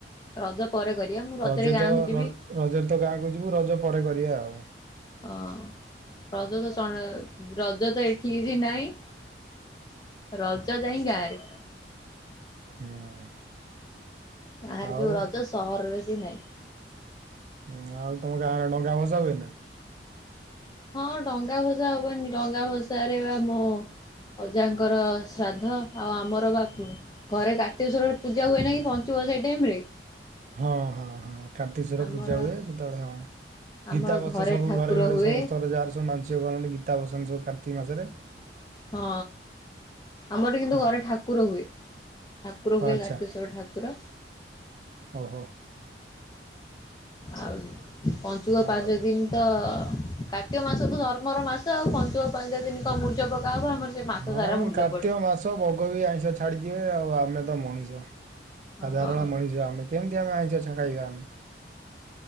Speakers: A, on the left; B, on the right.
A: ରଜ
B: <inaudible>
A: ପରେ କରିବା ମୁଁ ରଜରେ
B: ରଜେ
A: ଗାଁକୁ
B: ତ
A: ଯିବି
B: ର-ରଜରେ ତ ଗାଁକୁ ଯିବୁ ରଜ ପରେ କରିବା ଆଉ।
A: ଅଁ ରଜତ <unintelligible> ରଜତ ଏଠି କିଛି ନାହିଁ। ରଜ ଯାଇଁ ଗାଁରେ।
B: ହୁଁ
A: ଗାଁରେ
B: ଆଉ
A: ଯୋଉ ରଜ ସହରରେ ସେ ନାହିଁ।
B: ହୁଁ ଆଉ ତମ ଗାଁରେ ଡ଼ଙ୍ଗା ଭସା ହୁଏ ନା?
A: ହଁ ଡଙ୍ଗା ଭସା ହବନି ଡଙ୍ଗା ଭସାରେବା ମୋ ଅଜାଙ୍କର ଶ୍ରାଦ୍ଧ ଆଉ ଆମର ବା ଘରେ କାର୍ତ୍ତିକଶ୍ୱରରେ ପୂଜା ହୁଏନେକି ପଞ୍ଚୁକ ସେଇ ଟାଇମରେ।
B: ହଁ ହଁ ହଁ କାର୍ତ୍ତିକଶ୍ଵର
A: ଆମର
B: ପୂଜା ହୁଏ ସେତେବେଳେ ହଁ।
A: ଆମର
B: ଗୀତା ବସେ ସବୁ
A: ଠାକୁର
B: ଘରେ ଘରେ
A: ହୁଏ
B: ସମସ୍ତଙ୍କ ଯାହାର ସବୁ ମାଂସିକ କରନ୍ତି ଗୀତା ବସାନ୍ତି ସବୁ କାର୍ତ୍ତିକ ମାସରେ।
A: ହଁ ଆମର ଏଠି କିନ୍ତୁ
B: ହଁ
A: ଘରେ ଠାକୁର ହୁଏ। ଠାକୁର ହୁଏ
B: ଆଚ୍ଛା
A: କାର୍ତ୍ତିକଶ୍ବର ଠାକୁର।
B: ଓହୋ।
A: ଆଉ ପଞ୍ଚୁକ
B: ଆଉ
A: ପାଞ୍ଚ ଦିନ ତ କାର୍ତ୍ତିକ ମାସତ ଧର୍ମର ମାସ ଆଉ ପାଞ୍ଚୁକ ପାଞ୍ଚ ଦିନ କଁ ମୂର୍ଜ ପକାହବ ଆମର ସେ ମାସ
B: ହଁ
A: ସାରା ମୁର୍ଜ
B: କାର୍ତ୍ତିକ
A: ପଡେ।
B: ମାସ ଛ ବଗବି ଆଇଁଷ ଛାଡିଦିଏ ଆଉ ଆମେତ ମଣିଷ ସାଧାରଣ
A: ହଁ
B: ମଣିଷ ଆମେତ କେମତି ଆମେ ଆଇଁଷ ଛଡ଼ାଇବା ଆମେ?